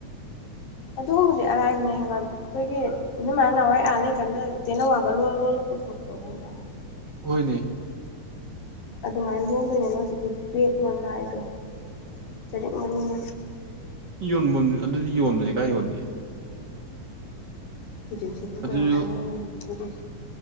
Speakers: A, on the left; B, on the right.
A: ꯑꯗꯨꯒꯨꯝꯕꯗꯤ ꯑꯔꯥꯏꯕꯅꯦ ꯍꯥꯏꯕ ꯑꯩꯈꯣꯏꯒꯤ ꯅꯣꯏꯃꯥꯟ ꯅꯍꯥꯟꯋꯥꯏ ꯑꯥ ꯂꯩ ꯀꯟꯗ ꯇꯦꯅꯋꯥꯒꯒ ꯂꯣꯜꯂ ꯂꯣꯜꯂ ꯄꯨꯊꯣꯔꯛꯄꯗꯣ ꯈꯪꯕꯔꯥ
B: ꯍꯣꯏꯅꯦ
A: ꯑꯗꯨꯃꯥꯏꯅ ꯂꯣꯟꯗꯣꯏꯅꯦꯗꯣ ꯍꯧꯖꯤꯛꯀꯤ ꯕꯦꯛ ꯂꯣꯟꯕ ꯍꯥꯏꯖꯦ ꯆꯔꯤꯠ ꯃꯔꯨꯅ
B: ꯌꯣꯟꯕ ꯑꯗꯨꯗꯤ ꯌꯣꯟꯕꯁꯦ ꯀꯥꯏ ꯌꯣꯟꯒꯦ
A: ꯍꯧꯖꯤꯛꯁꯤꯕꯨ
B: ꯑꯗꯨꯁꯨ
A: ꯀꯩꯅꯣ ꯍꯧꯖꯤꯛ